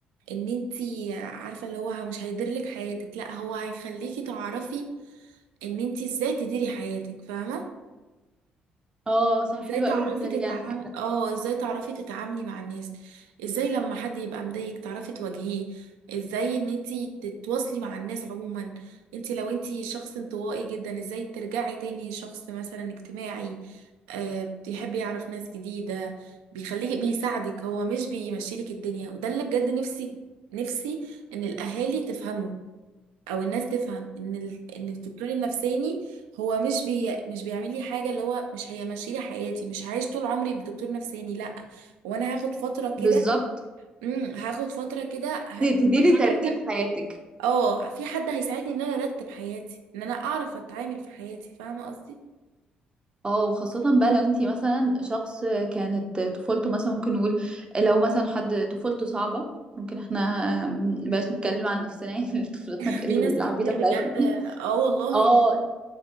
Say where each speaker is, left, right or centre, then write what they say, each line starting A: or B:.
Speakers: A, on the right; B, on the right.
A: ان انتي عارفة اللي هو مش هيديرلك حياتك لا هو هيخليكي تعرفي ان انتي ازاي تديري حياتك فاهمة
B: اه صح
A: ازاي
B: حلوه
A: تعرفي
B: قوي الجمله
A: تتعاملي
B: دي على فكره
A: اه ازاي تعرفي تتعاملي مع الناس ازاي لما حد يبقى مضايقك تعرفي تواجهيه ازاي ان انتي تتواصلي مع الناس عموما انتي لو انتي شخص انطوائي جدا ازاي ترجعي تاني شخص مثلا اجتماعي آه بيحب يعرف ناس جديدة بيخليك بيساعدك هو مش بيمشيلك الدنيا وده اللي بجد نفسي نفسي ان الاهالي تفهمه او الناس تفهم ان ال... ان الدكتور النفساني هو مش بي... مش بيعمل لي حاجه اللي هو مش هيمشي لي حياتي مش هعيش طول عمري بدكتور نفساني لا وانا هاخد فتره كده
B: بالظبط
A: امم هاخد فتره كده ه...
B: ت- تديري ترتيب
A: حد
B: حياتك
A: اه في حد هيساعدني ان انا ارتب حياتي ان انا اعرف اتعامل في حياتي فاهمه قصدي
B: اه وخاصة بقى لو انتي مثلا شخص كانت طفولته مثلا ممكن نقول لو مثلا حد طفولته صعبة ممكن احنا مبقاش نتكلم عن نفسنا يعني <laughs> طفولتنا
A: <laughs>
B: العبيطة
A: في ناس كتير
B: بتاعتنا
A: بجد
B: دي
A: اه والله
B: اه